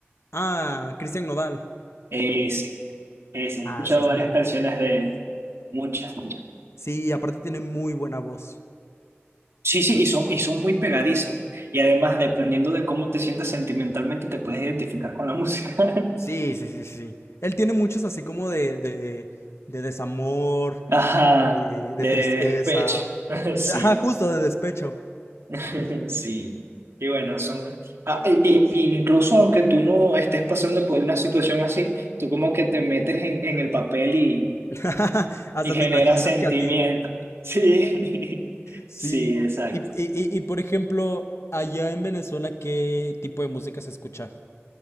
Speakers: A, on the left; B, on the right.
A: Ah, Cristian Nodal.
B: Eh, sí, eh, sí, he
A: Ah,
B: escuchado
A: sí, sí.
B: varias
A: Sí,
B: canciones de él. Muchas, muchas.
A: Sí, aparte tiene muy buena voz.
B: Sí, sí, y son, y son muy pegadizas. Y además, dependiendo de cómo te sientas sentimentalmente, te puedes identificar con la música. <laughs>
A: sí, sí, sí. sí. Él tiene muchos así como de, de, de desamor,
B: Ajá,
A: de, de
B: de
A: tristeza.
B: despecho. <laughs> Sí,
A: O sea, Ajá, justo de despecho.
B: <laughs> sí. Y bueno, son... ah, y, y- y incluso aunque tú no estés pasando por una situación así, tú como que te metes en, en el papel y,
A: <laughs> Hasta
B: y generas
A: te imaginas
B: sentimientos.
A: que a ti.
B: Sí, <laughs>
A: Sí.
B: sí, exacto.
A: Y, y- y- y, por ejemplo, allá en Venezuela, ¿qué tipo de música se escucha?